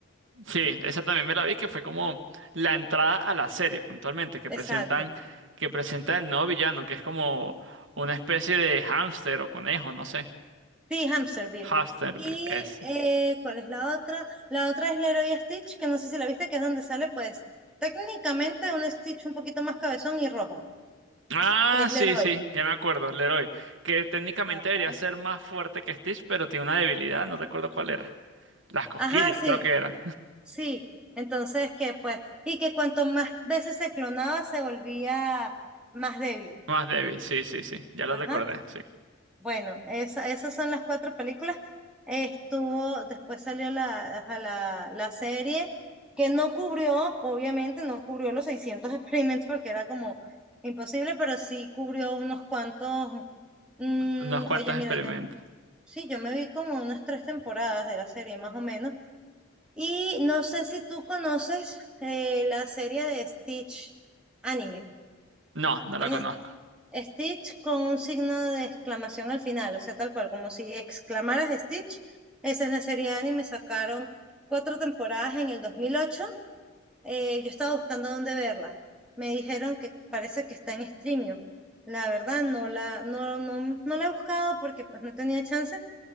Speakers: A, on the right; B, in the centre.
A: Sí, esa también me la vi, que fue como la entrada a la serie, puntualmente, que
B: Exacto.
A: presentan, que presenta el nuevo villano, que es como una especie de hámster o conejo, no sé.
B: Sí, Hamsterville.
A: Hamster
B: Y,
A: es.
B: eh, ¿cuál es la otra? La otra es Leroy y Stitch, que no sé si la viste, que es donde sale, pues, técnicamente un Stitch un poquito más cabezón y rojo,
A: Ah,
B: que es
A: sí,
B: Leroy.
A: sí, ya me acuerdo, Leroy. Que técnicamente
B: Ajá.
A: debería ser más fuerte que Stitch, pero tiene una debilidad, no recuerdo cuál era. Las cosquillas,
B: Ajá, sí,
A: creo que era.
B: sí. Entonces, que pues, y que cuanto más veces se clonaba, se volvía más débil.
A: Más débil, sí, sí, sí. Ya lo
B: Ajá.
A: recordé, sí.
B: Bueno, esa- esas son las cuatro películas. Eh, Estuvo, después salió la, ajá, la, la serie, que no cubrió, obviamente, no cubrió los 600 experimentos porque era como imposible, pero sí cubrió unos cuantos. mm,
A: Unos cuantos
B: oye, mira,
A: experimentos.
B: yo, sí, yo me vi como unas tres temporadas de la serie, más o menos. Y no sé si tú conoces eh, la serie de Stitch anime.
A: No, no
B: En
A: la conozco.
B: es- Stitch con un signo de exclamación al final, o sea, tal cual, como si exclamaras Stitch. Esa es la serie de anime, sacaron cuatro temporadas en el 2008. Eh, yo estaba buscando dónde verla. Me dijeron que parece que está en Streamio. La verdad, no la, no, no, no la he buscado porque pues no tenía chance,